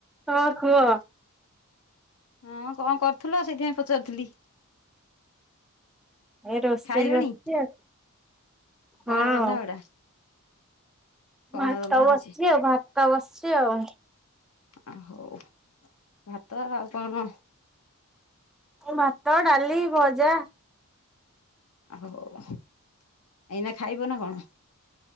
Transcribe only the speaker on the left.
ହଁ କଣ କରୁଥିଲ ସେଇଥିପାଇଁ ପଚାରୁଥିଲି।
ଖାଇଲଣି
କଣ
ରନ୍ଧା ବଢା କଣ
ରନ୍ଧା
ହଉଛି
ଆ ହଉ ଭାତ ଆଉ କଣ?
ହୋଉ ଏଇନା ଖାଇବ ନା କଣ?